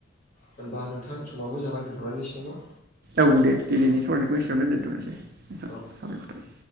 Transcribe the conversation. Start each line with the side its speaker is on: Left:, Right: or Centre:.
Left: होनबा नोंथां समावबो जाबाय दोन्थ'नानैसै नामा
Right: औ दे दिनैनि सावरायनायखौ एसेबांनो दोन्थ'नोसै नोंथां
Left: औ
Right: साबायखर थाबाय